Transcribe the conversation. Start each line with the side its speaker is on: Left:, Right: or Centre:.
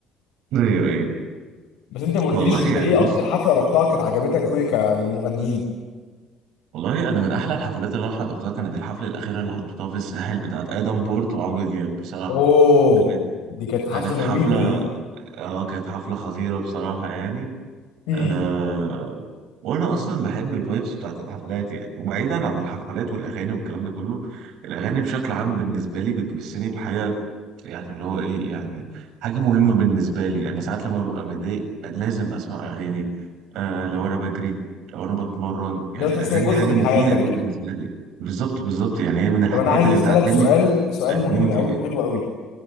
Right: ايوه ايوه
Left: بس انت ما قلتليش
Right: والله
Left: انت
Right: يعني
Left: ايه
Right: بص
Left: اكتر حفله رحتها كانت عجبتك قوي ك- للمغنيين
Right: والله انا من احلى الحفلات اللي انا حضرتها كانت الحفله الاخيره اللي حضرتها في الساحل بتاعت ادم بورت وعمرو دياب بصراحه
Left: اوه
Right: كانت
Left: دي كانت
Right: كانت
Left: حفله <laughs>
Right: حفله
Left: مميته دي
Right: اه كانت حفله خطيره بصراحه يعني
Left: امم
Right: آه وانا اصلا بحب الفايبس بتاعت الحفلات يعني وبعيدا عن الحفلات والاغاني والكلام ده كله الاغاني بشكل عام بالنسبه لي بتمسني بحاجه يعني اللي هو ايه يعني حاجه مهمه بالنسبه لي يعني ساعات لما ببقى متضايق لازم اسمع اغاني آه لو انا بجري لو انا بتمرن
Left: لو
Right: يعني
Left: تحس
Right: الاغاني
Left: ان هي جزء
Right: حاجه
Left: من
Right: مفيده
Left: حياتك
Right: قوي بالنسبه لي بالظبط بالظبط يعني هي من الحاجات
Left: طب انا عايز
Right: اللي
Left: اسالك
Right: بتعدل
Left: سؤال
Right: لي
Left: سؤال
Right: آه، مودي
Left: مهم قوي
Right: يعني.
Left: وحلو قوي